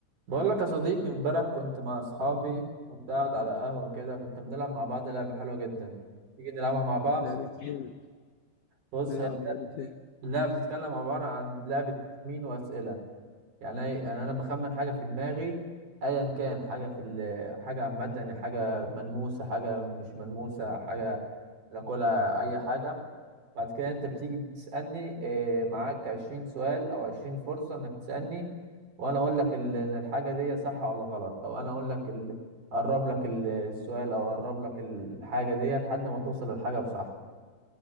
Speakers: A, on the right (about 45°); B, on the left (about 80°).
A: بقول لك يا صديقي امبارح كنت مع اصحابي كنت قاعد على قهوة كده كنت بنلعب مع بعض لعبة حلوة جدا تيجي نلعبها مع بعض
B: لعبة ايه
A: بص
B: نلعب
A: هي
B: لعبة ايه
A: اللعبة بتتكلم عبارة عن لعبة تخمين وأسئلة يعني أي- يعني انا بخمن حاجه في دماغي ايا كان حاجه في ال- حاجه عامه يعني حاجه ملموسه حاجه مش ملموسه حاجه ناكلها اي حاجه بعد كده انت بتيجي بتسالني آه، معاك 20 سؤال او 20 فرصه انك تسالني وانا اقول لك ال- ان الحاجه دي صح ولا غلط او انا اقول لك ال- اقرب لك ال- السؤال او اقرب لك الحاجه دي لحد ما توصل للحاجه بصح